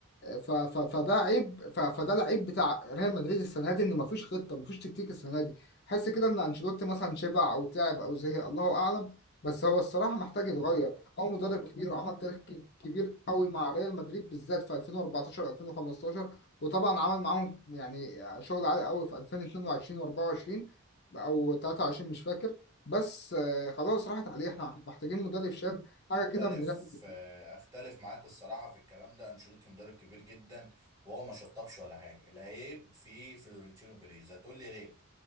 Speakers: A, on the left; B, on the right.
A: ف... ف... فده عيب ف... فده العيب بتاع ريال مدريد السنه دي ان مفيش خطه مفيش تكتيك السنه دي حس كده ان انشيلوتي مثلا شبع او تعب او زهق الله اعلم بس هو الصراحه محتاج يتغير هو مدرب كبير وعمل تاريخ ك- كبير قوي مع ريال مدريد بالذات في 2014 2015 وطبعا عمل معاهم يعني شغل عالي قوي في 2022 و24 او 23 مش فاكر بس آه، خلاص راحت عليه احنا محتاجين مدرب شاب
B: اختلف
A: حاجه كده من ريال
B: آه، اختلف معاك الصراحه في الكلام ده انشيلوتي مدرب كبير جدا وهو ما شطبش ولا حاجه العيب في فلورنتينو بيريز هتقول لي ليه